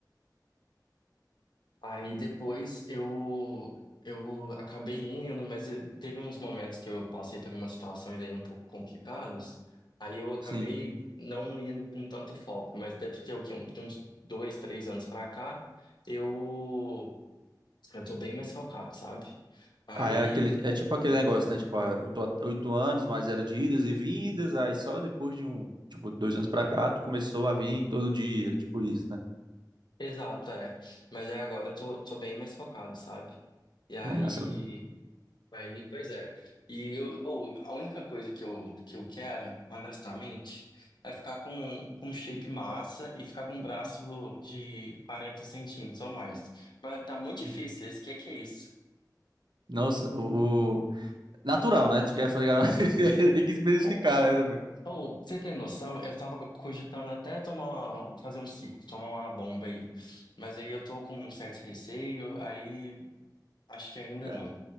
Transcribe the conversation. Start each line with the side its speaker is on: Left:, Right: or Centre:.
Left: Aí depois eu eu acabei indo, mas eh, teve uns momentos que eu passei por umas situações aí um pouco complicadas. Aí eu acabei
Right: sim.
Left: não indo com tanto foco, mas deve ter o quê? Um- De uns dois, três anos pra cá, eu eu tô bem mais focado, sabe? Aí,
Right: Aí é aquele, é tipo aquele negócio, né? Tipo, ah, eu tô há oito anos, mas era de idas e vindas, aí só depois de um, tipo, dois anos pra cá, tu começou a vir todo dia, tipo isso, né?
Left: exato, é. Mas aí agora eu tô, tô bem mais focado, sabe? E aí
Right: Massa,
Left: Aí, pois é. E eu, ou, a única coisa que eu, que eu quero, honestamente, é ficar com, com um shape massa e ficar com um braço de 40 centímetros ou mais. Mas tá muito difícil
Right: velho.
Left: esse, que é que é isso?
Right: Nossa, o, o- Natural, né? Tu quer falar. <laughs> Tem que especificar,
Left: Ou,
Right: né, também.
Left: ou, pra você tem noção, eu tava cogitando até tomar uma, fazer um ciclo, tomar uma bomba aí. Mas aí eu tô com um certo receio, aí acho que ainda
Right: Ca-
Left: não.